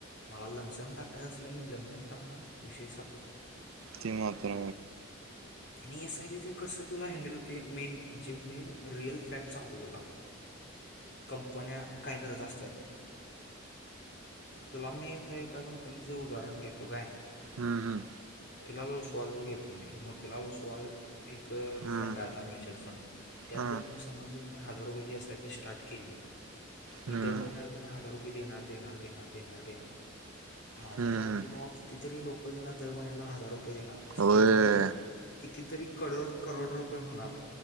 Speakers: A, on the left; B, on the right.
A: मला लमसम टाकायच असलं मी लमसम टाकनार विषयी संपला...
B: ती माात्र
A: आणि एस, आय, पी चं कसं तुला हँडल होतय मेन म्हणजे मेन रिअल फॅक्ट सांगतो तुला कंपन्या काय करत असत्यात. तुला मी आता एका कंपनीचं उदाहरण घेतो काय.
B: हम्म हम्म.
A: चल ओसवालचच घेतो मी मोतीला ओसवाल एक
B: हं,
A: फंड हाय आता म्युच्युअल फंड त्यात
B: हां.
A: जर म समज जर मी हाज जार रुपायची एस, आय, पी स्टार्ट केली मी
B: हं,
A: दर महिन्याला त्याना हजार रूप पये देनार, देनार, देनार, देनार, देनार माझ्या
B: हं,
A: सारकी
B: हं.
A: भावा किती तरी लोक देणार दर महिन्याला हजार रुपये देणार असं
B: होय,
A: त्यांच्याकडं कि तीतरी कडोड करोड रुपये होणार